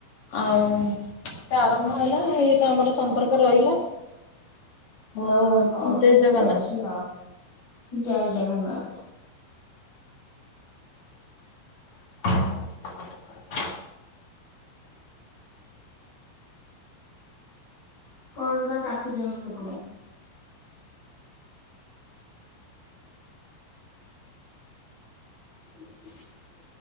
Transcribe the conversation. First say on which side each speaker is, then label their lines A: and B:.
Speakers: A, on the left; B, on the left.
A: ଆଉ ଆରମ୍ଭ ହେଲା ଏଇତ ଆମର ସମ୍ପର୍କରେ ରହିଲା। <unintelligible>
B: ହଁ ହଉ
A: ଜୟ
B: ଠିକ
A: ଜଗନ୍ନାଥ।
B: ଅଛି ଆଉ ଜୟ ଜଗନ୍ନାଥ।
A: <inaudible>
B: କଲଟା କାଟି ଦିଅନ୍ତୁ ସେପଟେ <inaudible>